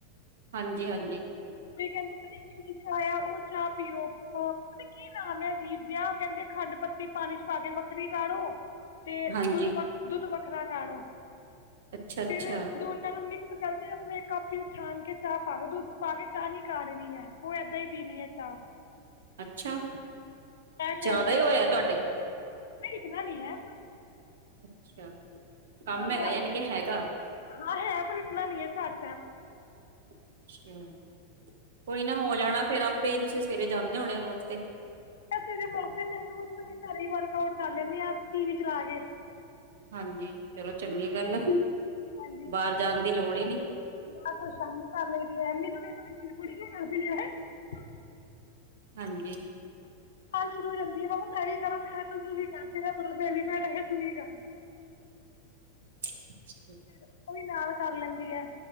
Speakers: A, on the right (about 60°); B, on the left (about 60°).
A: ਹਾਂਜੀ-ਹਾਂਜੀ।
B: ਕਈ ਕਹਿੰਦੇ <unintelligible> ਚਾਹ ਆ ਉਹ ਚਾਹ ਪੀਓ ਪਤਾ ਨੀ ਕੀ ਨਾਮ ਐ ਅਜੀਬ ਜਿਹਾ ਕਹਿੰਦੇ ਖੰਡ-ਪੱਤੀ ਪਾਣੀ ਚ ਪਾ ਕੇ ਵੱਖਰੀ ਕਾੜੋ, ਤੇ
A: ਹਾਂਜੀ
B: ਦੁੱਧ ਵਖ ਦੁੱਧ ਵੱਖਰਾ ਕਾੜੋ।
A: ਅੱਛਾ, ਅੱਛਾ।
B: ਫਿਰ ਦੋਨਾਂ ਨੂੰ ਮਿਕ ਕਰਕੇ ਆਪਣੇ ਕੱਪ 'ਚ ਛਾਣ ਕੇ ਚਾਹ ਪਾ ਲੋ ਦੁੱਧ ਪਾ ਕੇ ਚਾਹ ਨੀ ਕਾੜਣੀ ਹੈ ਉਹ ਏਦਾਂ ਹੀ ਪੀਣੀ ਹੈ ਚਾਹ।
A: ਅੱਛਾ।
B: ਇਹ ਕਹਿੰਦੇ
A: ਜ਼ਿਆਦਾ ਈ ਹੋਇਆ
B: ਹੈ
A: ਤੁਹਾਡੇ।
B: ਨਹੀਂ ਇਤਨਾ ਨਹੀਂ ਏ।
A: ਅੱਛਾ। ਕੰਮ
B: ਹਾਂ
A: ਹੈਗਾ
B: ਘੱਟ
A: ਯਾਨੀ ਕਿ
B: ਹੈ,
A: ਹੈਗਾ
B: ਹਾਂ ਹੈ ਪਰ ਇਤਨਾ ਨਹੀਂ ਹੈ ਘੱਟ <inaudible>
A: <unintelligible> ਕੋਈ ਨਾ ਹੋ ਜਾਣਾ ਫੇਰ ਆਪੇ ਹੀ ਤੁਸੀ ਸਵੇਰੇ ਜਾਂਦੇ ਹੋਣੇ ਵੋਕ ਤੇ
B: ਹਜੇ ਵੋਕ ਤੇ ਨੀ ਜਾਂਦੀ ਘਰੇ ਈ ਵਰਕ ਆਊਟ ਕਰ ਲੈਨੀ ਆ ਟੀ ਵੀ ਚਲਾ ਕੇ।
A: ਹਾਂਜੀ ਚਲੋ ਚੰਗੀ ਗੱਲ ਆ।
B: ਹਾਂਜੀ
A: ਬਾਹਰ
B: ਕੁੱਝ
A: ਜਾਣ
B: ਸ਼ਾਮੀ
A: ਦੀ ਲੋੜ
B: ਕਰ
A: ਹੀ ਨੀ
B: ਲਈਦੇ ਆਹ ਕੁੱਛ ਸ਼ਾਮੀ ਕਰ ਲਈ ਦੀ ਹੈ। <unintelligible> ਤੁਹਾਡੀ ਕੁੜੀ ਕੀ ਕਰਦੀ ਵੈਸੇ?
A: ਹਾਂਜੀ
B: ਗੱਲ ਸ਼ੁਰੂ ਹੋ ਜਾਂਦੀ ਆ, ਮੈਂ ਕਿਹਾ ਮੈਂ ਕੀ ਕਰਾਂ ਤੂੰ ਵੀ ਕਰ ਤੇਰਾ ਬੜਾ ਬੇਨੀਫਿਟ ਹੈਗਾ ਤੂੰ ਵੀ ਕਰ।
A: <unintelligible>
B: ਫਿਰ ਉਹ ਵੀ ਨਾਲ ਕਰ ਲੈਂਦੀ ਹੈ ਏ।